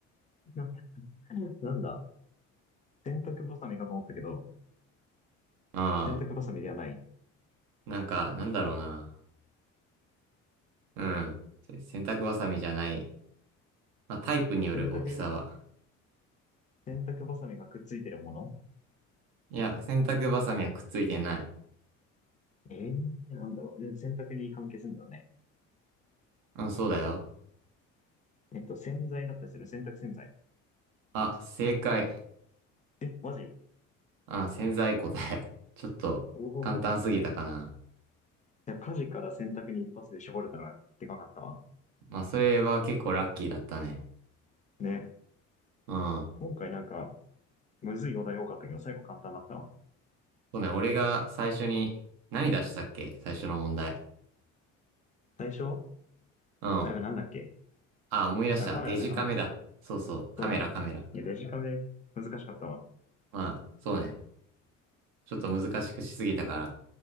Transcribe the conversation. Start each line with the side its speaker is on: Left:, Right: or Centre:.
Left: な、<laughs> なんだ洗濯バサミかと思ったけど、
Right: あ
Left: 洗濯バサミではない。
Right: あ、なんか、なんだろうな。うん。せ洗濯バサミじゃない。まあ、タイプによる大きさは。
Left: 洗濯、洗濯バサミがくっついてるもの
Right: いや、洗濯バサミはくっついてない。
Left: えー、なんだろう。え洗濯に関係するんだよね。
Right: うん、そうだよ。
Left: えっと、洗剤だったりする、洗濯洗剤。
Right: あ、正解。
Left: え、マジ
Right: あ、潜在答え。<laughs> ちょっと簡単すぎたかな。
Left: おおー、いや、家事から洗濯に一発で絞れたのがでかかったわ。
Right: まあ、それは結構ラッキーだったね。
Left: ね。
Right: うん。
Left: 今回なんか、むずいお題多かったけど、最後簡単だったわ。
Right: そうね、俺が最初に、何出したっけ最初の問題。
Left: 最初
Right: うん。
Left: あれはなんだっけ
Right: あ、思い出した。
Left: あ、カメラだ、
Right: デジカメだ。
Left: カメラ。
Right: そうそう。カメラ、
Left: そうだ。
Right: カメラ。
Left: いや、デジカメ、難しかったわ。
Right: まあ、そうね。ちょっと難しくしすぎたから。